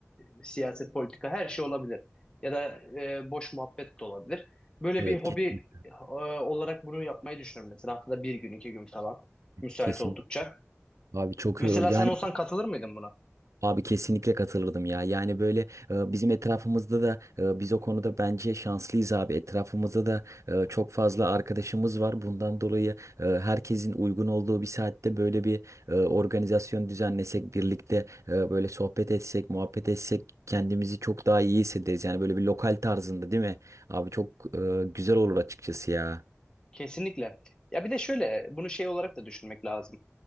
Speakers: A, on the left; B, on the right.
A: e, siyaset, politika her şey olabilir. Ya da e, boş muhabbet de olabilir. Böyle
B: evet
A: bir hobi
B: kesin.
A: e, olarak bunu yapmayı düşünüyorum. Mesela haftada bir gün, iki gün falan müsait
B: Kesin.
A: oldukça.
B: Abi çok
A: Mesela
B: iyi olur. Yani
A: sen olsan katılır mıydın buna?
B: Abi kesinlikle katılırdım ya. Yani böyle e, bizim etrafımızda da e, biz o konuda bence şanslıyız abi. Etrafımızda da e, çok fazla arkadaşımız var. Bundan dolayı e, herkesin uygun olduğu bir saatte böyle bir e, organizasyon düzenlesek, birlikte e, böyle sohbet etsek, muhabbet etsek kendimizi çok daha iyi hissederiz. Yani böyle bir lokal tarzında değil mi? Abi çok e, güzel olur açıkçası ya.
A: Kesinlikle. Ya bir de şöyle bunu şey olarak da düşünmek lazım.